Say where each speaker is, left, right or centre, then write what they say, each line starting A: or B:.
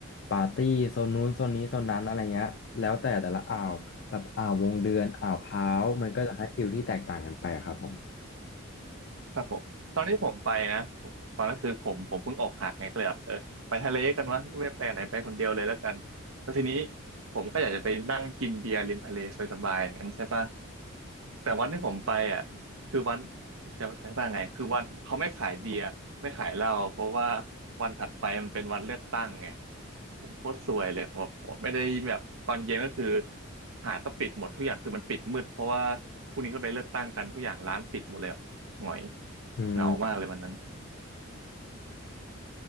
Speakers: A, on the left (about 55°); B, on the right (about 70°).
A: ปาร์ตี้โซนนู้นโซนนี้โซนนั้นอะไรเงี้ยแล้วแต่แต่ละอ่าวแบบอ่าววงเดือนอ่าวพร้าวมันก็จะให้ฟิลที่แตกต่างกันไปอะครับผม
B: ครับผมตอนนี้ผมไปนะผมตอนนั้นคือผมผมเพิ่งอกหักไงก็เลยแบบเออไปทะเลกันวะไม่ไปไหนไปคนเดียวเลยแล้วกันแล้วทีนี้ผมก็อยากจะไปนั่งกินเบียร์ริมทะเลสบายๆอย่างนั้นใช่ปะ แต่วันที่ผมไปอ่ะคือวันจะจะว่าไงคือวันเขาไม่ขายเบียร์ไม่ขายเหล้าเพราะว่าวันถัดไปมันเป็นวันเลือกตั้งไงผมโคตรซวยเลยผมไม่ได้แบบตอนเย็นก็คือหาดก็ปิดหมดทุกอย่างคือมันปิดมืดเพราะว่าพรุ่งนี้เขาไปเลือกตั้งกันทุกอย่างร้านปิดหมดเลยอะหงอย
A: อืม
B: เหงามากเลยวันนั้น